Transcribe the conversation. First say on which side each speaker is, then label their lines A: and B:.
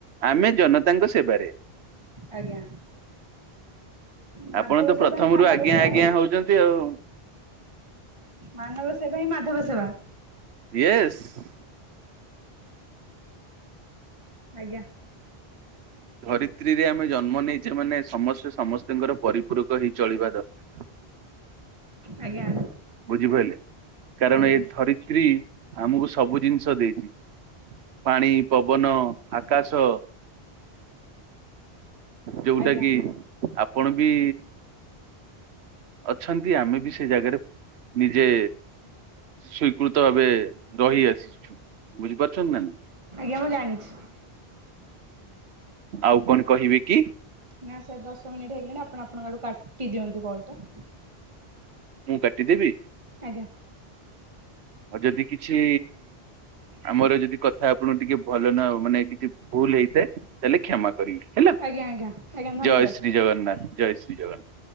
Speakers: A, on the right; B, on the right.
A: ଆମେ ଜନତାଙ୍କ ସେବାରେ।
B: ଆଜ୍ଞା। ମାଧବ
A: ଆପଣ ତ
B: ସେବା
A: ପ୍ରଥମ
B: ହିଁ ମାନବ
A: ରୁ ଆଜ୍ଞା
B: ସେବା
A: ଆଜ୍ଞା ହଉଛନ୍ତି ଆଉ
B: ମାନବ ସେବା ହିଁ ମାଧବ ସେବା।
A: ୟେସ
B: ଆଜ୍ଞା।
A: ଧରିତ୍ରୀରେ ଆମେ ଜନ୍ମ ନେଇଛେ ମାନେ ସମସ୍ତେ ସମସ୍ତଙ୍କର ପରିପୂରକ ହେଇ ଚଳିବା ଦରକାର
B: ଆଜ୍ଞା।
A: ବୁଝିପାରିଲେ କାରଣ
B: ଆଜ୍ଞା
A: ଏ ଧରିତ୍ରୀ ଆମକୁ ସବୁ ଜିନିଷ ଦେଇଛି। ପାଣି, ପବନ, ଆକାଶ ଯୋଉଟା
B: ଆଜ୍ଞା
A: କି ଆପଣ ବି ଅଛନ୍ତି ଆମେ ବି ସେ ଜାଗାରେ ନିଜେ ସ୍ଵିକୃତ ଭାବେ ରହିଆସିଛୁ ବୁଝିପାରୁଛ ନା ନାଇ
B: ହଁ ମୁଁ ଜାଣିଛିୁ।
A: ଆଉ କଣ କହିବି କି?
B: ନା ସାର୍ ଦଶ ମିନିଟ୍ ହେଇଗଲାଣି ଆପଣ ଆପଣଙ୍କ ଆଡୁ କାଟି ଦିଅନ୍ତୁ କଲ୍ ଟା
A: ମୁଁ କାଟିଦେବି?
B: ଆଜ୍ଞା।
A: ଆଉ ଯଦି କିଛି ଆମର ଯଦି କଥା ଆପଣଙ୍କୁ ଟିକେ ଭଲ ନା ମାନେ କିଛି ଭୁଲ ହେଇଥାଏ ତାହେଲେ କ୍ଷମା କରି ରିବ ହେଲା
B: ଆଜ୍ଞା ଆଜ୍ଞା ଆଜ୍ଞା ଧନ୍ୟବାଦ
A: ଜୟ ଶ୍ରୀ ଜଗନ୍ନାଥ ଜୟ ଶ୍ରୀ ଜଗନ୍ନାଥ।